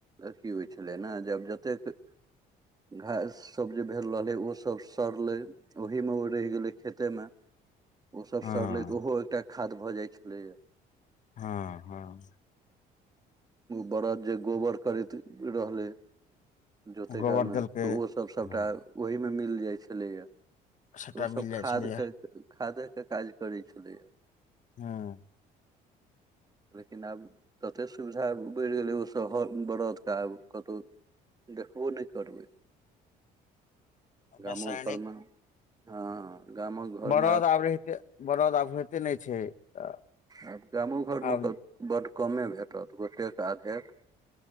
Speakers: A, on the right; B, on the left.
A: अथी होइ छलै ने अब जतेक घास सब जे भेल रहलै ओसभ सड़लै ओहीम ओ रेह गेलै खेते मे ओसभ
B: हँ
A: सड़ले तऽ ओहो एकटा खाद भऽ जाइ छलैए
B: हँ हँ
A: बरद जे गोबर करैत रहलै जोतय
B: गोबर
A: कालमे
B: देलकै
A: उहोसभ सभटा
B: हँ
A: ओहीमे मिल जाइ छलैएया
B: सबटा
A: ओसभ
B: मिल जाइ
A: खादके
B: छलैए
A: खादे के काज करे छलैया
B: हँ
A: <inaudible> लेकिन आब ततेक सुविधा बढ़ि गेलै ओसभ हर बरदके आब कतो देखबो नइ करबै गामो
B: रसायनिक
A: घरमे हँ गामो घरमे
B: बरद आब रहिते ने बरद आब होइते नइ छै तऽ
A: आब गामो घरमे
B: आब
A: तऽ बड कमे भेटत गोटेक आधेके